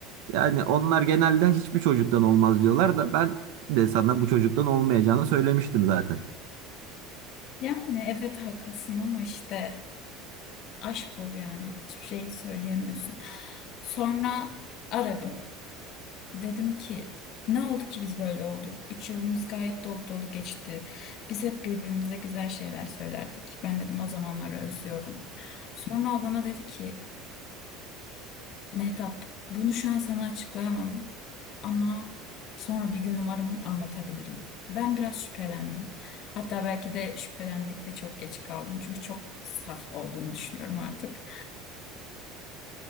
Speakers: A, on the right (about 65°); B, on the left (about 40°).
A: Yani onlar genelde hiçbir çocuktan olmaz diyorlar da ben de sana bu çocuktan olmayacağını söylemiştim zaten.
B: Yani evet haklısın ama işte aşk bu yani. Hiçbir şey söyleyemiyorsun. Sonra aradım. Dedim ki ne oldu ki biz böyle olduk? Üç yılımız gayet dolu dolu geçti. Biz hep birbirimize güzel şeyler söylerdik. Ben dedim o zamanları özlüyorum. Sonra o bana dedi ki Mehtap bunu şu an sana açıklayamam ama sonra bir gün umarım anlatabilirim. Ben biraz şüphelendim. Hatta belki de şüphelenmekte çok geç kaldım. Çünkü çok saf olduğumu düşünüyorum artık.